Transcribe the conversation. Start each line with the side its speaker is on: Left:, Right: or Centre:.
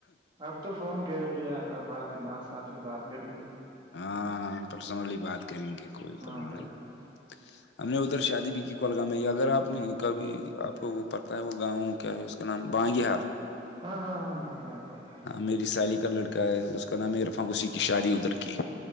Right: اب تو فون کریں گے یار آپ بات ساتھ میں بات کریں گے
Left: ہاں پرسنلی بات کریں گے کوئی
Right: ہاں
Left: پروا
Right: بھائی
Left: نہیں
Right: ہاں
Left: ہم نے ادھر شادی بھی کی کولگام میں اگر آپ نے کبھی آپ کو وہ پتا ہے وہ گاؤں کیا ہے اس کا اس کا نام بانگی حال
Right: ہاں ہاں ہاں پتا ہے پتا ہے
Left: ہاں میری سالی کا لڑکا ہے اس کا نام عرفان اسی کی شادی ادھر کی